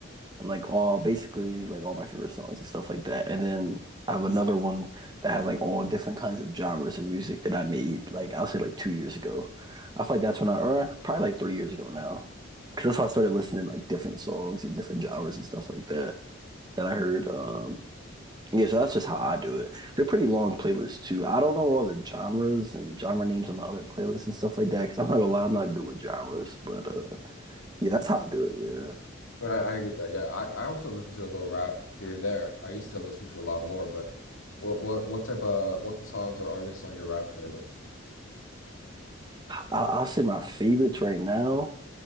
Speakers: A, on the right (about 20°); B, on the left (about 75°).
A: and like all basically like all my favorite songs and stuff like that. And then I have another one that has like all different kinds of genres of music that I made like I'll say like two years ago. I feel like that's when I or probably like three years ago now. Because that's how I started listening to like different songs and different genres and stuff like that that I heard. Um yeah, so that's just how I do it. They're pretty long playlists too. I don't know all the genres and genre names on the other playlists and stuff like that. Because I'm not gonna lie, I'm not good with genres. But uh, yeah, that's how I do it. Yeah.
B: Right, I get that. Yeah, I, I also listen to a little rap here and there. I used to listen to a lot more, but what what what type of what songs or artists on your rap playlist?
A: I'll, I'll say my favorites right now.